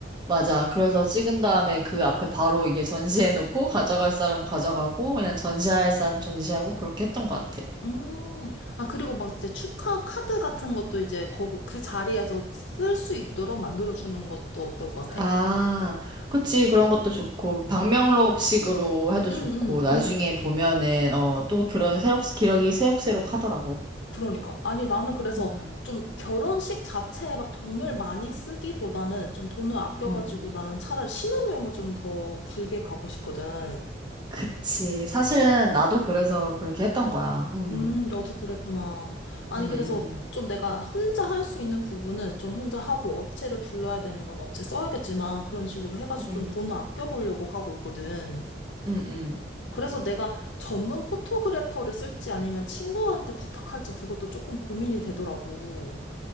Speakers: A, on the right; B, on the left.
A: 맞아. 그래서 찍은 다음에 그 앞에 바로 이게 전시해놓고 가져갈 사람 가져가고 그냥 전시할 사람 전시하고 그렇게 했던 것 같아.
B: 음, 아, 그리고 막 이제 축하 카드 같은 것도 이제 거, 그 자리에서 쓸 수 있도록 만들어주는 것도 어떨 것 같아?
A: 아, 그치. 그런 것도 좋고 방명록식으로 해도 좋고
B: 응, 응,
A: 나중에
B: 응.
A: 보면은 어, 또 그런 새록 기록이 새록새록 하더라고.
B: 그러니까. 아니, 나는 그래서
A: 음,
B: 좀 결혼식 자체에 막 돈을 많이 쓰기보다는 좀 돈을 아껴가지고
A: 음, 음.
B: 나는 차라리 신혼여행을 좀 더 길게 가고 싶거든.
A: 그치. 사실은 나도 그래서 그렇게 했던 거야. 음,
B: 음, 너도 그랬구나. 아니,
A: 음,
B: 그래서
A: 음, 음,
B: 좀 내가 혼자 할 수 있는 부분은 좀 혼자 하고 업체를 불러야 되는 건 업체 써야겠지만 그런 식으로 해가지고
A: 음,
B: 좀 돈을 아껴보려고 하고 있거든.
A: 음. 음.
B: 그래서 내가 전문 포토그래퍼를 쓸지 아니면 친구한테 부탁할지 그것도 조금 고민이 되더라고.